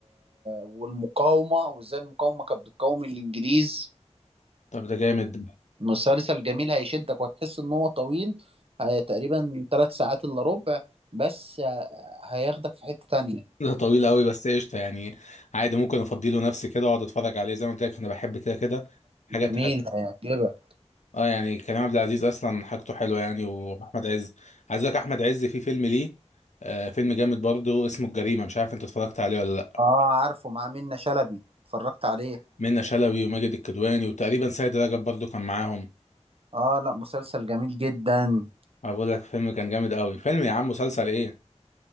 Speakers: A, on the right; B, on the left.
A: والمقاومة وازاي المقاومة كانت بتقاوم الانجليز
B: طب ده جامد ده
A: مسلسل جميل هيشدك وهتحس ان هو طويل آه، تقريبا ثلاث ساعات الا ربع بس آه، هياخدك في حتة تانية
B: <laughs> ده طويل قوي بس قشطه يعني عادي ممكن افضي له نفسي كده واقعد اتفرج عليه زي ما قلت لك انا بحب كده كده حاجه
A: جميل
B: بتاعت
A: هيعجبك
B: اه يعني كريم عبد العزيز اصلا حاجته حلوه يعني واحمد عز عايز اقول لك احمد عز في فيلم ليه آه فيلم جامد برضه اسمه الجريمه مش عارف انت اتفرجت عليه ولا لا
A: اه عارفه مع منة شلبي اتفرجت عليه
B: منة شلبي وماجد الكدواني وتقريبا سيد رجب برضه كان معاهم
A: اه لا مسلسل جميل جدا
B: اقول لك فيلم كان جامد قوي فيلم يا عم مسلسل ايه